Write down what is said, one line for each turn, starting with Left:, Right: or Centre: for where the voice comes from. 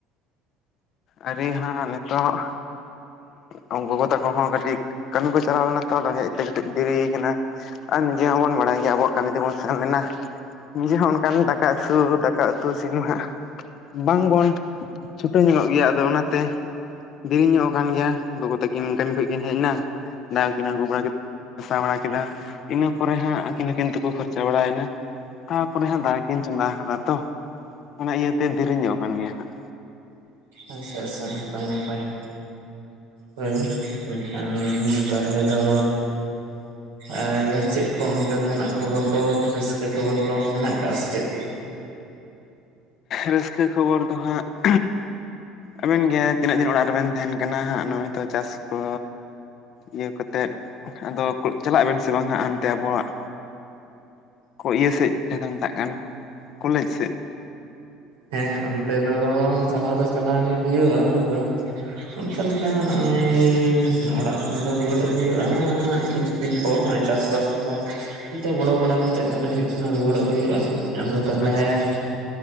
Left: ᱟᱹᱣᱨᱤ ᱦᱟᱸᱜ ᱱᱤᱛᱚᱜ ᱦᱩᱸ, ᱜᱚᱜᱚ ᱛᱟᱠᱚ ᱦᱚᱸ ᱠᱟᱹᱴᱤᱡ ᱠᱟᱹᱢᱤ ᱠᱚ ᱪᱟᱞᱟᱣ ᱞᱮᱱᱟ ᱛᱚ, ᱦᱮᱡ ᱛᱮ ᱠᱟᱹᱴᱤᱡ ᱫᱮᱨᱤᱭ ᱟᱠᱟᱱᱟ ᱾ ᱟᱨ ᱱᱤᱡᱮ ᱦᱚᱸᱵᱚᱱ ᱵᱟᱲᱟᱭ ᱜᱮᱭᱟ ᱟᱵᱚᱣᱟᱜ ᱠᱟᱹᱢᱤ ᱛᱮ ᱵᱚᱱ ᱥᱮᱱ ᱞᱮᱱᱟ ᱾ ᱱᱤᱡᱮ ᱦᱚᱸ ᱚᱱᱠᱟᱱ ᱫᱟᱠᱟ ᱩᱛᱩ ᱫᱟᱠᱟ ᱩᱛᱩ ᱤᱥᱤᱱ ᱢᱟ ᱦᱟᱸᱜᱼᱼ ᱵᱟᱝᱵᱚᱱ ᱪᱷᱩᱴᱟᱹᱣ ᱧᱚᱜᱚᱜ ᱜᱮᱭᱟ, ᱟᱫᱚ ᱚᱱᱟ ᱛᱮ ᱫᱮᱨᱤ ᱧᱚᱜ ᱟᱠᱟᱱ ᱜᱮᱭᱟ ᱾ ᱜᱚᱜᱚ ᱛᱟᱹᱠᱤᱱ ᱠᱟᱹᱢᱤ ᱠᱷᱚᱡ ᱠᱤᱱ ᱦᱮᱡ ᱮᱱᱟ, ᱫᱟᱜ ᱠᱚ ᱠᱤᱱ ᱟᱹᱜᱩ ᱵᱟᱲᱟ ᱠᱮᱫᱟ ᱾ ᱜᱷᱟᱥᱟᱣ ᱵᱟᱲᱟ ᱠᱮᱫᱟ, ᱤᱱᱟᱹ ᱯᱚᱨᱮ ᱦᱟᱸᱜ ᱟᱹᱠᱤᱱ ᱦᱚᱸ ᱠᱤᱱ ᱛᱩᱯᱩ ᱯᱷᱚᱨᱪᱟ ᱵᱟᱲᱟᱭᱱᱟ ᱾ ᱛᱟᱨᱯᱚᱨᱮ ᱦᱟᱸᱜ ᱫᱟᱜ ᱠᱚ ᱠᱤᱱ ᱪᱚᱸᱫᱟ ᱟᱠᱟᱫᱟ ᱛᱚ, ᱚᱱᱟ ᱤᱭᱟᱹᱛᱮ ᱫᱮᱨᱤ ᱧᱚᱜ ᱟᱠ ᱜᱮᱭᱟ ᱦᱟᱸᱜ ᱾
Right: ᱟᱪᱪᱷᱟ ᱟᱪᱪᱷᱟ, ᱱᱟᱯᱟᱭ ᱱᱟᱯᱟᱭ ᱾ ᱦᱳᱭ, ᱢᱮᱱ ᱠᱷᱟᱱ ᱛᱟᱦᱞᱮ ᱫᱚ ᱟᱨ ᱪᱮᱫ ᱠᱚ ᱚᱱᱠᱟ ᱡᱟᱦᱟᱸᱱᱟᱜ ᱠᱷᱚᱵᱚᱨ ᱠᱚ ᱨᱟᱹᱥᱠᱟᱹ ᱠᱷᱚᱵᱚᱨ ᱠᱚ ᱢᱮᱱᱟᱜ ᱠᱟᱜᱼᱟ ᱥᱮ ᱪᱮᱫ?
Left: ᱨᱟᱹᱥᱠᱟᱹ ᱠᱷᱚᱵᱚᱨ ᱫᱚ ᱦᱟᱸᱜ <unintelligible> ᱟᱵᱮᱱ ᱜᱮ ᱛᱤᱱᱟᱹᱜ ᱫᱤᱱ ᱚᱲᱟᱜ ᱨᱮᱵᱮᱱ ᱛᱟᱦᱮᱱ ᱠᱟᱱᱟ ᱦᱟᱸᱜ, ᱱᱚᱜᱼᱚᱭ ᱛᱚ ᱪᱟᱥ ᱠᱚ ᱤᱭᱟᱹ ᱠᱟᱛᱮᱫ ᱟᱫᱚ ᱪᱟᱞᱟᱜ ᱟᱵᱮᱱ ᱥᱮ ᱵᱟᱝ ᱦᱟᱸᱜ ᱦᱟᱱᱛᱮ ᱟᱵᱚᱣᱟᱜ ᱤᱭᱟᱹ ᱥᱮᱫ ᱡᱟᱦᱟᱸ ᱫᱚ ᱢᱮᱛᱟᱜ ᱠᱟᱱ ᱠᱚᱞᱮᱡᱽ ᱥᱮᱫ?
Right: ᱦᱮᱸ, ᱚᱱᱛᱮ ᱫᱚ ᱪᱟᱞᱟᱣ ᱫᱚ ᱪᱟᱞᱟᱣ ᱜᱮ ᱦᱩᱭᱩᱜᱼᱟ, ᱟᱫᱚ ᱚᱱᱠᱟ ᱠᱮᱠᱟ ᱱᱟᱸᱜ ᱱᱚᱜᱼᱚᱭ ᱚᱲᱟᱜ ᱠᱷᱚᱱ ᱫᱚ ᱨᱩᱣᱟᱹᱲᱼᱼ ᱦᱩᱭᱩᱜᱼᱟ ᱦᱟᱸᱜ ᱾ ᱠᱤᱪᱷᱩ ᱫᱤᱱ ᱯᱚᱨᱜ ᱱᱚᱜᱼᱚᱭ ᱚᱭ ᱪᱟᱥᱵᱟᱥ ᱠᱚ ᱼᱼ ᱛᱮ ᱜᱚᱲᱚ ᱵᱟᱲᱟ ᱠᱟᱛᱮ ᱢᱚᱱᱮ ᱦᱩᱭᱩᱜ ᱠᱟᱱᱟ ᱨᱩᱣᱟᱹᱲᱚᱜ ᱦᱩᱭᱩᱜᱼᱟ ᱾ ᱟᱫᱚ ᱛᱟᱦᱚᱞᱮ
Left: ᱟᱪᱪᱷᱟ
Right: ᱼᱼ